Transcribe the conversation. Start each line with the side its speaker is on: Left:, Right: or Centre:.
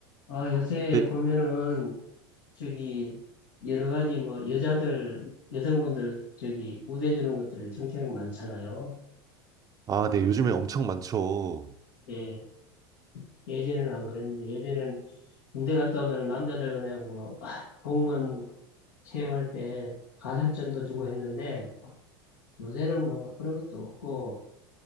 Left: 아, 요새
Right: 네,
Left: 보면은, 저기, 여러 가지 뭐, 여자들, 여성분들, 저기, 우대주는 것들 정책 많잖아요.
Right: 아, 네, 요즘에 엄청 많죠.
Left: 예, 예전에는 안 그랬는데, 예전에는 군대 갔다 오면은 남자들 그냥 뭐, <laughs> 공무원 채용할 때 가산점도 주고 했는데, 요새는 뭐, 그런 것도 없고,